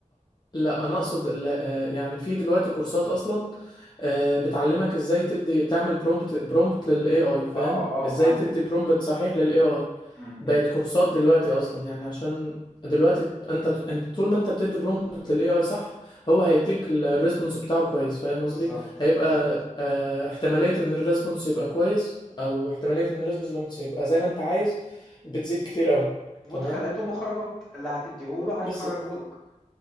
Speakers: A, on the left (about 35°); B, in the centre.
A: لا انا اقصد ال- آه، يعني في دلوقتي كورسات اصلا آه، بتعلمك ازاي تدي تعمل برومبت برومبت للاي اي فاهم
B: اه اه
A: ازاي
B: فهمتك
A: تدي برومبت صحيح للاي اي
B: مم،
A: بقت
B: مم،
A: كورسات دلوقتي اصلا يعني عشان دلوقتي انت انت طول ما انت بتدي برومبت للاي اي صح هو هيديك الريسبونس بتاعه كويس فاهم قصدي
B: بالظبط
A: هيبقى
B: بالظبط
A: آه، احتمالية ان الريسبونس يبقى كويس او احتمالية ان الريسبونس يبقى زي ما انت عايز بتزيد كتير قوي
B: مدخلات
A: تمام
B: ومخرجات اللي هتديهوله
A: بالظبط
B: هيخرجهولك